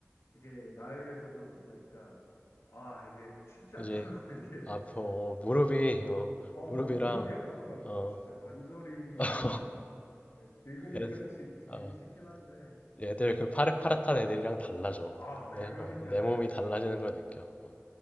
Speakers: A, on the left (about 70°); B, on the left (about 30°).
A: 이게 나이를 점점 먹으니까 아, 이게 쉽지
B: 그지?
A: 않더라고, <laughs> 이게.
B: 아파, 어,
A: 어,
B: 무릎이, 어,
A: 어,
B: 무릎이랑,
A: 무릎이 아프더라고.
B: 어,
A: 진짜 관절이
B: <laughs>
A: 아프더라고. 늙은이
B: 애들,
A: 같이 들리기
B: 어,
A: 싫긴 한데
B: 애들 그 파릇파릇한 애들이랑 달라져.
A: 아, 그러니까
B: 내, 어, 내
A: 내가
B: 몸이 달라지는
A: 그
B: 걸 느껴. 어,